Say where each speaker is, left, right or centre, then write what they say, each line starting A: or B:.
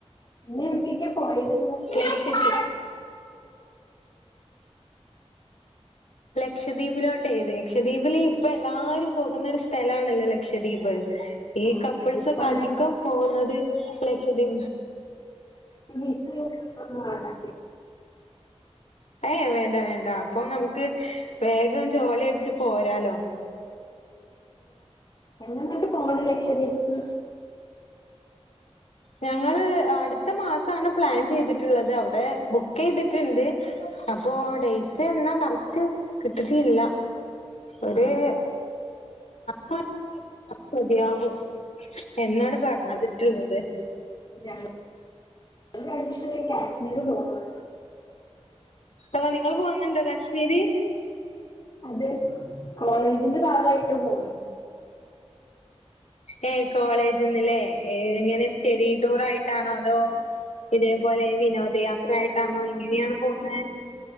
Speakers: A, on the left (about 40°); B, on the left (about 85°).
A: പിന്നെ എവിടേക്കൊക്കെ പോയത് നിങ്ങൾ
B: ലക്ഷദ്വീ
A: ഞാൻ ചാടും.
B: ലക്ഷദ്വീപിലോട്ട് ഇത് ലക്ഷദ്വീപില് ഇപ്പൊ എല്ലാരും പോകുന്നൊരു സ്ഥലാണല്ലോ ലക്ഷദ്വീപ് ഈ
A: അതെ
B: കപ്പിൾസൊക്കെ
A: ഇപ്പാണെങ്കിൽ
B: അധികം പോകുന്നത് ലക്ഷദ്വീ
A: വിസയും ഒന്നും വേണ്ട?
B: ഏയ് വേണ്ട വേണ്ട അപ്പൊ നമുക്ക് വേഗം ജോളി അടിച്ച് പോരാലോ
A: എന്നാന്നിട്ട് പോണെ ലക്ഷദ്വീപ്ക്ക്?
B: ഞങ്ങള് അടുത്ത മാസാണ് പ്ലാൻ ചെയ്തിട്ടുള്ളത് അവിടെ ബുക്കെയ്തിട്ട്ണ്ട് അപ്പോ ഡേറ്റ് എന്നാ കറക്റ്റ് കിട്ടിട്ടില്ല. ഒരേ <inaudible> മതിയാകും എന്നാണ് പറഞ്ഞതിട്ടുള്ളത്.
A: ഞങ്ങ <inaudible> കഴിഞ്ഞിട്ട് വേണം കാശ്മീര് പോവാൻ.
B: ഓഹ് നിങ്ങള് പോകുന്നുണ്ടോ കാശ്മീര്?
A: അതേ കോളേജിന്റെ ഭാഗയിട്ട് പോവ
B: ഏഹ് കോളേജ്ന്ന്ലെ എ എങ്ങനെ സ്റ്റെഡി ടൂർ ആയിട്ടാണോ അതോ ഇതേപോ ലെ വിനോദയാത്ര ആയിട്ടാണോ എങ്ങനെയാണ് പോവുന്നെ?